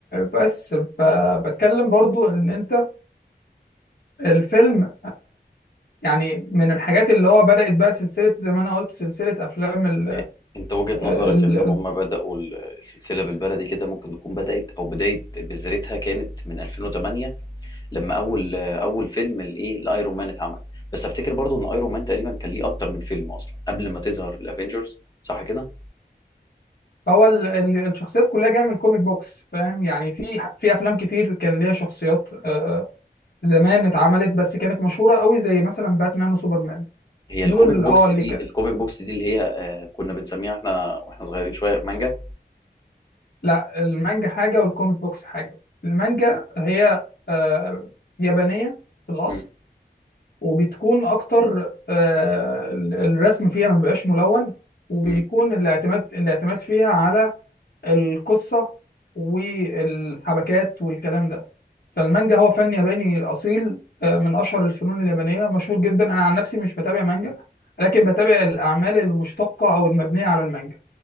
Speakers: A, on the left; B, on the left.
A: بس ف- بتكلم برضو ان انت الفيلم يعني من الحاجات اللي هو بدأت بقى سلسلة زي ما انا قلت سلسلة افلام ال
B: إيه، انت وجهة
A: ال
B: نظرك ان
A: ال-
B: هم بدأوا السلسلة بالبلدي كده ممكن تكون بدأت او بداية بذرتها كانت من 2008 لما اول اول فيلم الايه لايرون مان اتعمل بس افتكر برضو ان ايرون مان تقريبا كان ليه اكتر من فيلم اصلا قبل ما تظهر الافينجرز صح كده
A: هو ال- ال- الشخصيات كلها جاية من الكوميك بوكس فاهم يعني في في افلام كتير كان ليها شخصيات آه زمان اتعملت بس كانت مشهورة قوي زي مثلا باتمان وسوبرمان
B: هي
A: دول
B: الكوميك
A: اللي
B: بوكس
A: اه اللي
B: دي
A: ك...
B: الكوميك بوكس دي اللي هي آه، كنا بنسميها احنا واحنا صغيرين شويه مانجا
A: لا المانجا حاجة والكوميك بوكس حاجة المانجا هي آه يابانية في الأصل
B: مم.
A: وبتكون أكتر آه ال- الرسم فيها ما بيبقاش ملون وبيكون
B: مم.
A: الاعتماد الاعتماد فيها على القصة والحبكات والكلام ده فالمانجا هو فن ياباني أصيل آه من أشهر الفنون اليابانية مشهور جدا أنا عن نفسي مش بتابع مانجا لكن بتابع الأعمال المشتقة أو المبنية على المانجا